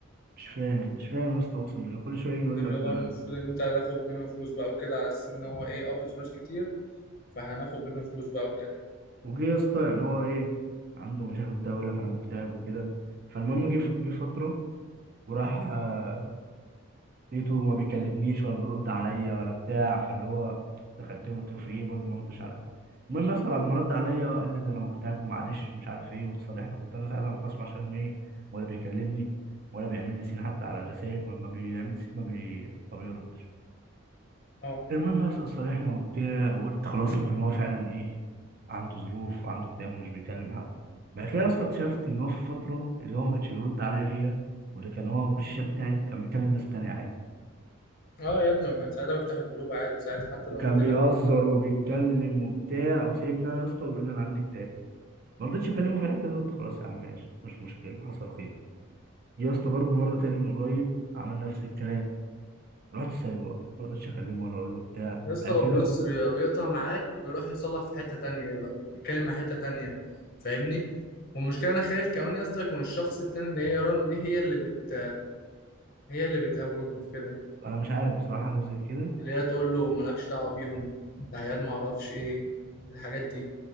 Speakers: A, on the right; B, on the left.
A: مش فاهم مش فاهم يا اسطى اقسم بالله كل شويه يجي يقول
B: اللي
A: لك
B: هو
A: ده انا
B: المفروض ان انت هتاخد منه فلوس بقى وكده على اساس ان هو ايه قبض فلوس كتير فهناخد منه فلوس بقى وكده
A: وجه يا اسطى يعني هو ايه عنده مشاكل بتاع يقول لك انا مكتئب وكده فالمهم جه ف- جه فتره وراح آه، لقيته ما بيكلمنيش ولا بيرد عليا ولا بتاع فاللي هو دخلت له قلت له في ايه برضه ما ردش عليا المهم اصلا بعد ما رد عليا وقال لي ده انا مكتئب ومعلش ومش عارف ايه واتصالحنا كنت انا ساعتها مخصم عشان ما ايه ولا بيكلمني ولا بيعمل لي سين حتى على الرسائل ولما بيعمل سين ما, بي... ما بيردش
B: اه
A: المهم اصلا اتصالحنا وبتاع وقلت خلاص يمكن هو فعلا ايه عنده ظروف وعنده اكتئاب ومش بيكلم حد بعد كده اصلا اكتشفت ان هو في الفتره اللي هو ما كانش بيرد عليا فيها واللي كان هو ما بيخش الشات بتاعي كان بيكلم ناس تانية عادي
B: اه يا ابني ما كان ساعتها بفتح الجروب عادي ساعتها حتى
A: وكان
B: لو قلت
A: بيهزر
B: لك
A: وبيتكلم وبتاع وسايبني انا يا اسطى ويقول لي انا عندي كتاب ما رضيتش اكلمه في الحته دي قلت خلاص يا عم ماشي مش مشكله حصل خير يا اسطى برضه مره تاني من قريب عمل نفس الكلام رحت سايبه بقى ما رضيتش اكلمه ولا اقول له بتاع
B: يا اسطى
A: بقى
B: لو
A: كده
B: بيص بيبقى بيقطع معاك ويروح يصلح في حتة تانية يبقى بيتكلم مع حتة تانية فاهمني والمشكلة انا خايف كمان يا اسطى يكون الشخص التاني اللي هي رنا دي هي اللي بت هي اللي بتقومه في كده
A: انا مش عارف بصراحه حاجه زي كده
B: اللي هي تقول له مالكش دعوة بيهم ده عيال ما اعرفش ايه الحاجات دي